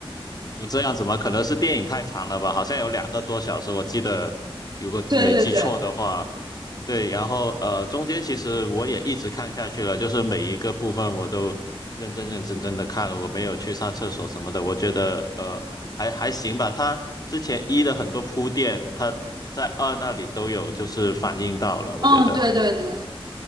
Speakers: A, on the left; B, on the right.
A: 我这样怎么可能是电影太长了吧？好像有两个多小时，我记得，如果没记错的话，
B: 对对对，
A: 对。然后呃，中间其实我也一直看下去了，就是每一个部分我都认真认真真的看了，我没有去上厕所什么的。我觉得呃还还行吧。它之前一的很多铺垫，它在二那里都有就是反映到了，我觉得。
B: 嗯，对对对，